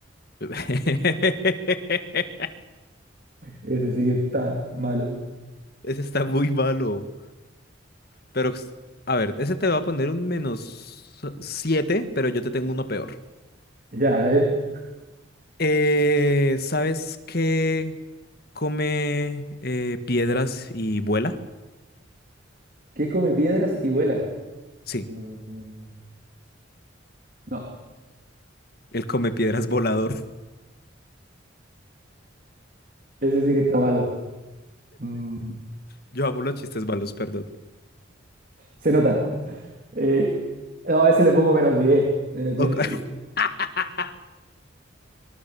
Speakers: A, on the left; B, on the right.
A: <laughs>
B: Ese sí que está malo.
A: Ese está muy malo. Pero, a ver, ese te va a poner un menos 7 pero yo te tengo uno peor.
B: Ya, a ver.
A: Eh, ¿sabes qué come eh, piedras y vuela?
B: ¿Qué come piedras y vuela?
A: Sí,
B: Mm, No,
A: él come piedras volador. <laughs>
B: ese sí que está malo. Mm,
A: Yo amo los chistes malos, perdón.
B: se nota. <laughs> Eh, no, a ese le pongo menos 10. Menos
A: Ok,
B: 10,
A: <laughs>
B: sí.